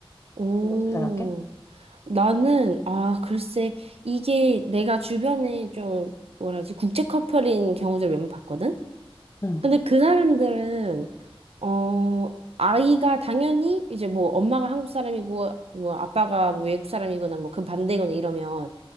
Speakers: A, on the right; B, on the left.
A: 오.
B: 넌 어떻게 생각해?
A: 나는, 아, 글쎄, 이게 내가 주변에 좀, 뭐라 지 국제 커플인 경우들 몇 번 봤거든?
B: 응,
A: 근데 그 사람들은 어 아이가 당연히 이제 뭐 엄마가 한국 사람이고 뭐 아빠가 뭐 외국 사람이거나 뭐 그 반대거나 이러면